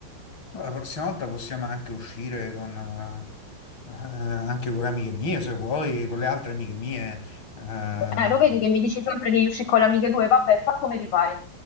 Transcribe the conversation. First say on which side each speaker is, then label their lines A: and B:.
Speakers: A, on the left; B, on the left.
A: no, la prossima volta possiamo anche uscire con... eh, eh, anche con le amiche mie, se vuoi, con le altre amiche mie. eh,
B: Eh, lo vedi che mi dici sempre di uscire con le amiche tue? Vabbè, fa come ti pare.